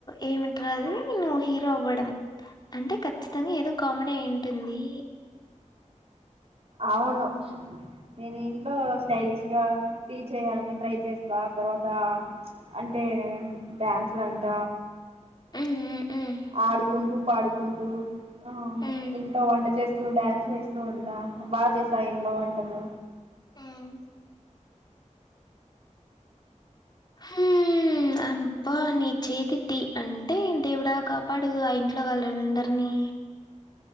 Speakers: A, on the left; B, on the right.
A: ఏమిటి రా ఆది నువ్వు హీరో అవ్వడం అంటే ఖచ్చితంగా ఏదో కామెడీ అయి ఉంటుంది
B: అవును నేను ఇంట్లో స్టైలిష్ గా టీ చేయాలని ట్రై చేస్తా తర్వాత అంటే డ్యాన్సు వంట
A: మ్మ్ మ్మ్ మ్మ్
B: ఆడుకుంటు పాడుకుంటూ అ
A: మ్మ్
B: ఇంకా వంట చేస్ <unintelligible> డాన్స్ చేస్తువుంట బాగా చేస్తా ఇంట్లో వంటలు
A: హ్మ్ హుమ్ అబ్బ నీ చేతి టీ అంటే దేవుడా కాపాడు ఆ ఇంట్లో వాళ్ళను అందరినీ